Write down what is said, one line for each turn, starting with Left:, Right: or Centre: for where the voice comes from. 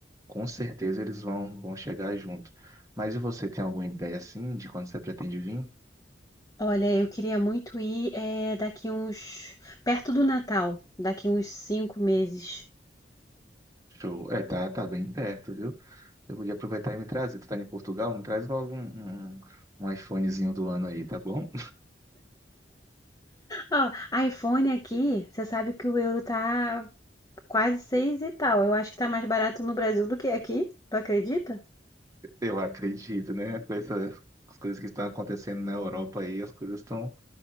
Right: com certeza eles vão, vão chegar junto. Mas e você tem alguma ideia assim de quando você pretende vir?
Left: Olha, eu queria muito ir é, daqui uns. perto do Natal, daqui uns cinco meses.
Right: Show. É, tá, tá bem perto, viu? Eu podia aproveitar e me trazer. Tu tá em Portugal? Me traz logo um, um, um iPhonezinho do ano aí, tá bom?
Left: Ó, iPhone aqui, você sabe que o euro tá quase seis e tal. Eu acho que tá mais barato no Brasil do que aqui, tu acredita?
Right: Eu acredito, né? Com essas as coisas que estão acontecendo na Europa aí, as coisas estão